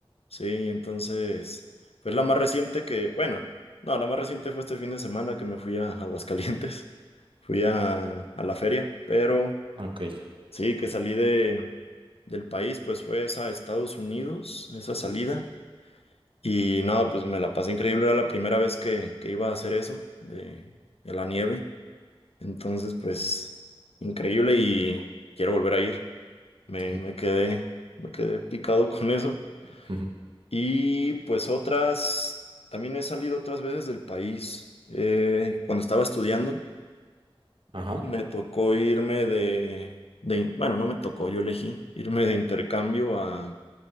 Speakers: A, on the left; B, on the right.
A: Sí, entonces, pues la más reciente que, bueno, no, la más reciente fue este fin de semana que me fui a Aguascalientes, <laughs> fui a, a la feria, pero
B: Ok.
A: sí, que salí de, del país, pues fue esa a Estados Unidos, esa salida, y no, pues me la pasé increíble, era la primera vez que, que iba a hacer eso, de, de la nieve, entonces, pues, increíble y quiero volver a ir. Me,
B: sí.
A: me quedé, me quedé picado <laughs> con eso.
B: <laughs>
A: Y pues otras, también he salido otras veces del país. Eh, cuando estaba estudiando,
B: Ajá.
A: me tocó irme de, de, bueno, no me tocó, yo elegí irme de intercambio a, a